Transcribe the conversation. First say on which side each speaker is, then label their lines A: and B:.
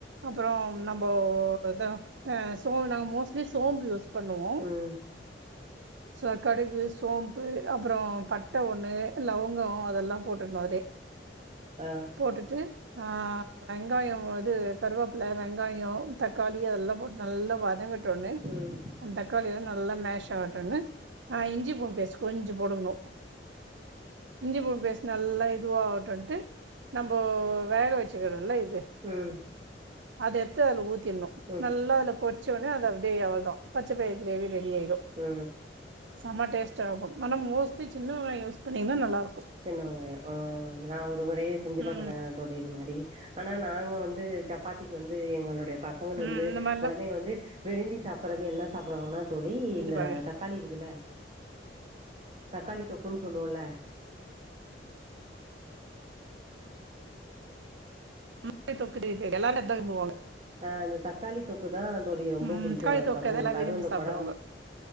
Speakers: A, on the right (about 80°); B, on the right (about 35°).
A: அப்றோ நம்போ தோ அ சோ நாங்க மோஸ்ட்லி சோம்பு யூஸ் பண்ணுவோ
B: ம்
A: சோ கடுகு சோம்பு அப்றோ பட் பட்ட ட ஒன்னு லவங்கோ அதெல்லா போட்டுர்னு அதுலே
B: அ
A: போட்டுட்டு ஆ வெங்காயோ இது கருவேப்பில வெங்காயோ தக்காளி அதெல்லா போட்டு நல்லா வதங்கட் டோன்னே
B: ம் ம்
A: அந்த தக்காளி எல்லா நல்லா மேஷ் ஆகட்டுன்னு ஆ இஞ்சி பூண்டு பேஸ்ட் கொஞ்சு போடுக்கணு இஞ்சி பூண்டு பேஸ்ட் நல்லா இதுவாகட்டும்ன்ட்டு நம்ம வேக வச்சுக்கிறோல்ல இது
B: ம்
A: அது எடுத்து அதுல ஊத்திடணு
B: ம்
A: நல்லா அதுல போட் வச்ச ஓன்னே அது அப்டியே அவ்ளோ தா பச்சை பயறு கிரேவி ரெடி ஆயிடு
B: அ
A: செம டேஸ்ட்டா இருக்கு ஆனா மோஸ்ட்லி சின்ன வெங்காயோ யூஸ் பண்ணீங்கன்னா நல்லா இருக்கு
B: சின்ன வெங்காயோ ஆ நா ஒரு முரே செஞ்சு
A: ம்
B: பாக்குறே தோழி இது மாதிரி ஆனா நாங்க வந்து சப்பாத்திக்கு வந்து எங்களுடைய பசங்கள்
A: ம்
B: வந்து
A: இந்த மாரிலா
B: குழந்தைங்க வந்து விரும்பி சாப்பட்றது என்ன சாப்பிடுவாங்கன்னா தோழி
A: செஞ்சு
B: இந்த
A: பாருங்க
B: தக்காளி இருக்குல்ல தக்காளி தொக்குன்னு சொல்லுவோல்ல
A: தொக்கு தொக்குனு எல்லாரு அதான விரும்புவாங்க
B: அ அந்த தக்காளி தொக்கு தா தோழி ரொம்ப
A: ம்
B: புடிக்கு
A: தக்காளி
B: அது
A: தொக்கு
B: பசங்களுக்கு
A: அதெல்லா விரும்பி
B: அது அந்த
A: சாப்டுவாங்க
B: கொட